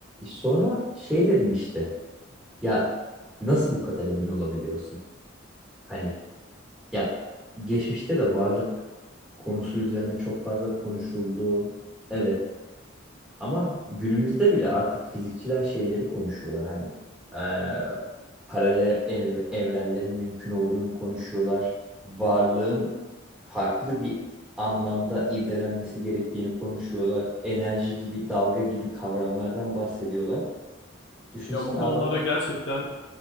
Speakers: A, in the centre; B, on the left (about 65°).
A: Sonra şey dedim işte ya nasıl bu kadar emin olabiliyorsun? Hani ya geçmişte de varlık konusu üzerine çok fazla konuşuldu. Evet ama günümüzde bile artık fizikçiler şeyleri konuşuyorlar. Hani eee, paralel ev- evrenlerin mümkün olduğunu konuşuyorlar. Varlığın farklı bir anlamda irdelenmesi gerektiğini konuşuyorlar. Enerji gibi, dalga gibi kavramlardan bahsediyorlar. Düşünsene
B: Ya bu konulara
A: adamlar
B: gerçekten